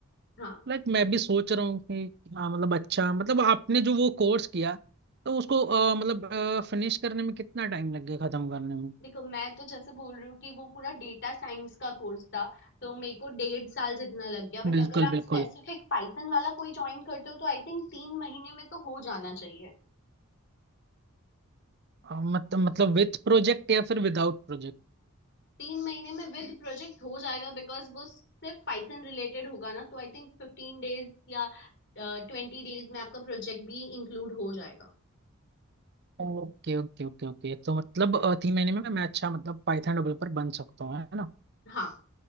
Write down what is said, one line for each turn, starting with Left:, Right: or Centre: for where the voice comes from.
Left: हाँ
Right: लाइक मैं भी सोच रहा हूँ कि हाँ मतलब अच्छा मतलब आपने जो वो कोर्स किया तो उसको अ, मतलब फिनिश करने में कितना टाइम लग गया खत्म करने में
Left: देखो मैं तो जैसे बोल रही हूँ कि वो पूरा डेटा साइंस का कोर्स था तो मेरे को डेढ़ साल जितना लग गया बट
Right: बिल्कुल
Left: अगर आप
Right: बिल्कुल
Left: स्पेसिफिक पाइथन वाला कोई ज्वाइन करते हो तो आई थिंक तीन महीने में तो हो जाना चाहिए
Right: अ, मत, मतलब विथ प्रोजेक्ट या फिर without project
Left: तीन महीने में विद प्रोजेक्ट हो जाएगा बिकॉज वो सिर्फ पाइथन रिलेटेड होगा ना तो आई थिंक फिफ्टीन डेज या ट्वेंटी डेज में आपका प्रोजेक्ट भी इंक्लूड हो जाएगा
Right: Okay okay okay okay तो मतलब अ, तीन महीने में मैं अच्छा मतलब पाइथन डेवलपर बन सकता हूँ है ना
Left: हाँ